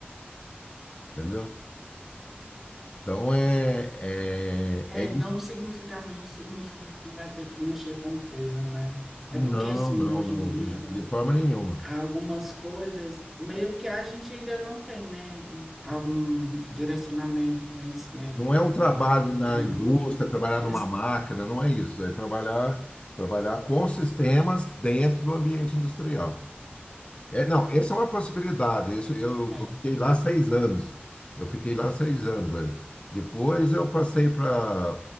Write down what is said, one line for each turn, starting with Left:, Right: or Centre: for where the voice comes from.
Left: entendeu? Então é, é,
Centre: É,
Left: é isso.
Centre: não significamente significa que vai ter que mexer com peso, né?
Left: Não,
Centre: É porque assim,
Left: não,
Centre: hoje
Left: não,
Centre: em dia
Left: de, de forma nenhuma.
Centre: algumas coisas, meio que a gente ainda não tem, né? Algum direcionamento, conhecimento.
Left: Não é um trabalho
Centre: Então,
Left: na
Centre: querendo
Left: indústria,
Centre: ou não,
Left: trabalhar
Centre: por
Left: numa
Centre: isso,
Left: máquina, não é isso. É trabalhar, trabalhar com sistemas dentro do ambiente industrial. É, não, essa é uma possibilidade. Isso, eu,
Centre: é,
Left: eu fiquei
Centre: então,
Left: lá seis anos. Eu fiquei lá seis anos, velho. Depois eu passei para.